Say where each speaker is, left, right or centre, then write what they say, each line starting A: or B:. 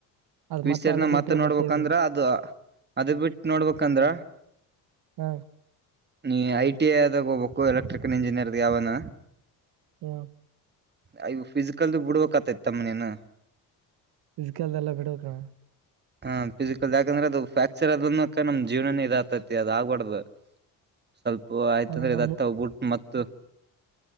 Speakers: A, on the right; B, on the right.
A: ಅದ್
B: ವಿಸರ್ನ
A: ಅದ ಬಿಟ್ರೆ
B: ಮತ್ತ ನೋಡ್ಬೇಕಂದ್ರ
A: ಮತ್ತೆ ಎಲ್ಲ
B: ಅದು ಅದ ಬಿಟ್ಟ ನೋಡ್ಬೇಕಂದ್ರ.
A: ಹ
B: ನೀ ಐ ಟಿ ಐ ದಾಗ ಹೋಗ್ಬೇಕು ಎಲೆಕ್ಟ್ರಿಕಲ್ ಇಂಜಿನಿಯರ್ದ ಯಾವನ.
A: ಹ್ಮ.
B: ಅ ಯುವ ಫಿಸಿಕಲ್ದು ಬಿಡಬೇಕಾಗತೈತಿ ತಮ್ಮ ನಿನ.
A: ಫಿಸಿಕಲ್ ಯಲ್ಲಾ ಬಿಡಬೇಕ ಅಣ್ಣ.
B: ಹ ಫಿಸಿಕಲ್ ಯಾಕಂದ್ರೆ ಅದು ಫ್ರಾಕ್ಚರ್ ಅದಕನ್ ನಮ್ ಜೀವನನೇ ಇದ ಆಕ್ತೀತಿ ಅದ ಆಗ್ಬಾರ್ದ. ಸ್ವಲ್ಪ ಆಯ್ತದೆ
A: ಅದಣ
B: ಒ ಇದ ಆಗ್ತೇದೆ ಗುಡ್ ಮತ್ತ್.